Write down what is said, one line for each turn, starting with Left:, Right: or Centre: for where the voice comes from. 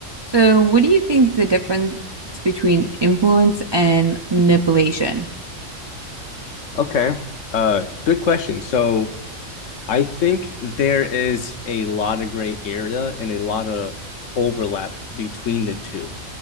Right: So, what do you think the difference between influence and manipulation?
Left: Okay. Uh, good question. So I think there is a lot of gray area and a lot of overlap between the two.